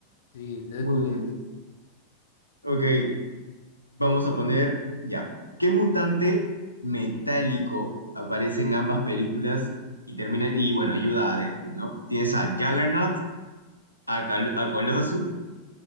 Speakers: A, on the left; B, on the right.
A: Sí, Deadpool
B: Muy bueno.
A: es...
B: Ok. Vamos a poner ya. ¿Qué mutante metálico aparece en ambas películas y termina y bueno, ayuda a Deadpool, ¿no? Tienes a Juggernaut, a, Col- a Colossus,